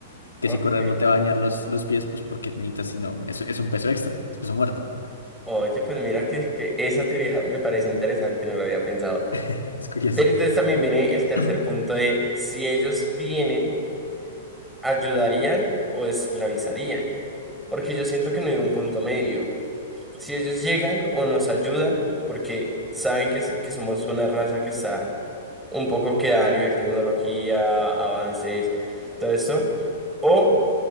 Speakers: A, on the left; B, in the centre.
A: que
B: ok.
A: si correr no te va a dañar los, los pies, pues porque necesitas, si no, es, es un peso extra, es peso muerto,
B: Oye, pues mira que, que esa teoría me parece interesante, no lo había pensado.
A: <laughs> es curioso.
B: Pero entonces también viene el
A: <clears throat>
B: tercer punto de si ellos vienen, ayudarían o esclavizarían. Porque yo siento que no hay un punto medio. si ellos llegan o nos ayudan, porque saben que, s- que somos una raza que está un poco queda a nivel tecnología, avances, todo esto, o